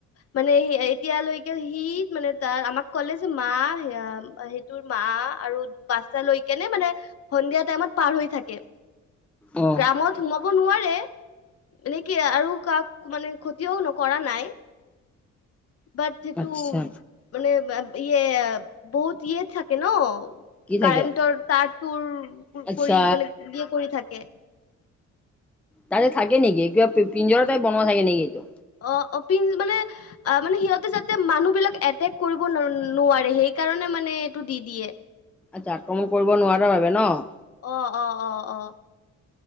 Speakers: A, on the left; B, in the centre.
A: মানে- তেতিয়া লৈকে সি মানে তাৰ আমাক ক'লে যে মা' সেইটোৰ মা' আৰু বাটচা-। লৈ কে নে মানে সন্ধিয়া টাইমত পাৰ হৈ থাকে।
B: অ
A: গ্ৰামত সোমাব নোৱাৰে। এনেকে আৰু কাকো মানে ক্ষতিও কৰা নাই। বাট সেইটো
B: আচ্ছা
A: মানে ইয়ে বহুত ইয়ে থাকে ন'।
B: কি থাকে
A: কাৰেণ্টৰ তাৰ তুৰ
B: আচ্ছা
A: কৰি মানে হেৰি কৰি থাকে।
B: তা'তে থাকে নেকি কিবা পিঞ্জৰতে বনোৱা থাকে নেকি এইটো?
A: অঁ অপিল মানে অ মানে সিহঁতে যাতে মানুহ বিলাক এটেক কৰিব নোৱাৰে। সেইকাৰণে মানে এইটো দি দিয়ে।
B: আচ্ছা আক্ৰমণ কৰিব নোৱাৰাৰ বাবে ন'?
A: অ অ অ।